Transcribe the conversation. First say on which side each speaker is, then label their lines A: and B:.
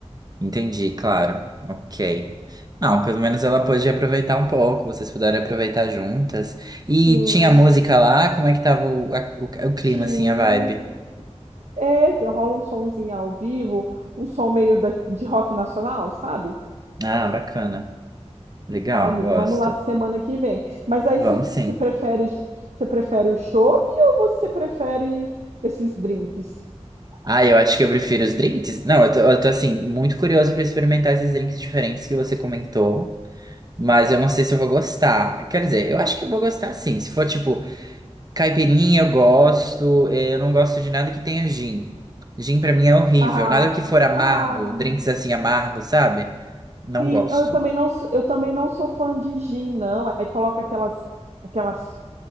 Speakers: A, on the right; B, on the right.
A: Entendi, claro. Ok. Não, pelo menos ela pôde aproveitar um pouco, vocês puderam aproveitar juntas. E
B: Sim,
A: tinha música lá, como é que tava o, a- o, o
B: sim.
A: clima, assim, a vibe?
B: É, rola um somzinho ao vivo, um som meio da- de rock nacional, sabe?
A: Ah, bacana. Legal,
B: Ai, amigo,
A: gosto.
B: vamos lá semana que vem. Mas aí
A: Vamos
B: você
A: sim.
B: você prefere, você prefere o chopp ou você prefere esses drinks?
A: Ah, eu acho que eu prefiro os drinks. Não, eu tô, eu tô assim, muito curioso pra experimentar esses drinks diferentes que você comentou, mas eu não sei se eu vou gostar. Quer dizer, eu acho que eu vou gostar sim. Se for tipo Caipirinha eu gosto, eh, eu não gosto de nada que tenha gin. Gin pra mim é horrível,
B: Ah,
A: nada que for
B: tá.
A: amargo,
B: ah,
A: drinks assim amargos, sabe? Não
B: sim.
A: gosto.
B: Ah, Eu também não, sou- eu também não sou fã de gin, não. Aí coloca aquelas, aquelas,